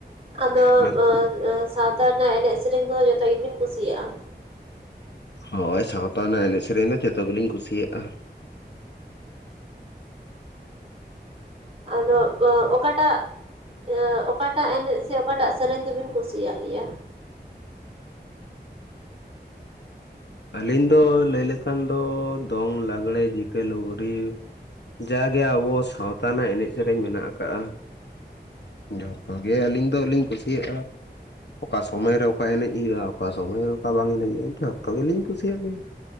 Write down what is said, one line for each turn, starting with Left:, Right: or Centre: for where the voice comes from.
Right: ᱟᱫᱚ
Left: ᱚᱱᱟ
Right: ᱥᱟᱶᱛᱟ ᱨᱮᱱᱟᱜ ᱮᱱᱮᱡ ᱥᱮᱨᱮᱧ ᱠᱚᱫᱚ ᱡᱚᱛᱚ ᱜᱮᱵᱤᱱ ᱠᱩᱥᱤᱭᱟᱜᱼᱟ
Left: ᱦᱳᱭ ᱥᱟᱶᱛᱟ ᱨᱮᱱᱟᱜ ᱮᱱᱮᱡ ᱥᱮᱨᱮᱧ ᱫᱚ ᱡᱚᱛᱚ ᱜᱮᱞᱤᱧ ᱠᱩᱥᱤᱭᱟᱜᱼᱟ
Right: ᱟᱫᱚ ᱚᱠᱟᱴᱟᱜᱼᱼ <unintelligible> ᱚᱠᱟᱴᱟᱜ ᱮᱱᱮᱡ ᱥᱮ ᱚᱠᱟᱴᱟᱜ ᱥᱮᱨᱮᱧ ᱫᱚᱵᱤᱱ ᱠᱩᱥᱤᱭᱟᱜ ᱜᱮᱭᱟ
Left: ᱟᱹᱞᱤᱧ ᱫᱚ ᱞᱟᱹᱭ ᱞᱮᱠᱷᱟᱱ ᱫᱚ ᱫᱚᱝ ᱞᱟᱜᱽᱲᱮ ᱡᱤᱠᱟᱹ ᱞᱩᱜᱽᱲᱤ ᱡᱟᱠᱼᱼ ᱜᱮ ᱟᱵᱚ ᱥᱟᱶᱛᱟ ᱨᱮᱱᱟᱜ ᱮᱱᱮᱡ ᱥᱮᱨᱮᱧ ᱢᱮᱱᱟᱜ ᱟᱠᱟᱫᱟ ᱡᱚᱛᱚ ᱜᱮ ᱟᱹᱞᱤᱧ ᱫᱚᱞᱤᱧ ᱠᱩᱥᱤᱭᱟᱜᱼᱟ ᱚᱠᱟ ᱥᱚᱢᱚᱭᱨᱮ ᱚᱠᱟ ᱮᱱᱮᱡ ᱦᱩᱭᱩᱜᱼᱟ ᱚᱠᱟ ᱥᱚᱢᱚᱭᱨᱮ ᱚᱠᱟ ᱵᱟᱝ ᱮᱱᱮᱡ <unintelligible> ᱛᱚᱵᱮᱞᱤᱧ ᱠᱩᱥᱤᱭᱟᱜ ᱜᱮᱭᱟ